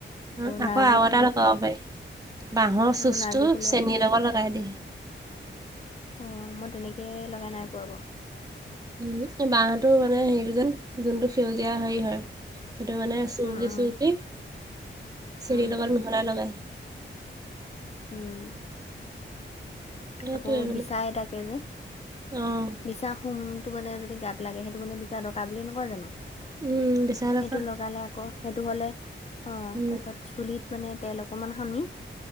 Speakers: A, on the right; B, on the left.
A: অ,
B: নাৰ্জী
A: আকৌ আৰু
B: ফুল
A: এটা লগাব পাৰি বাঁহৰ
B: অ'
A: চুচ
B: নাৰ্জী
A: টো
B: ফুলৰ
A: চেনীৰ লগত লগাই দি।
B: অ, মই তেনেকে লগাই নাই পোৱা বাৰু।
A: উম, এই বাহটো মানে হেৰিটো যেন যোনটো সেউজীয়া হেৰি হয় সেইটো মানে চুহোকি-চুহোকি
B: উম, উম,
A: চিৰি
B: উম,
A: লগত মিহলাই লগাই।
B: উম,
A: সেইটোৱে
B: আকৌ
A: মানে
B: বিচাই দাকে যে
A: অ',
B: বিচা খোম টো মানে যদি গাত লাগে সেইটো মানে বিচা দকা বুলি নকয় জানো
A: উম, বিচাৰ
B: সেইটো
A: পৰা
B: লগালে আকৌ সেইটো হ'লে অ,
A: উম,
B: তাৰছত চুলিত মানে তেল অকমান সানি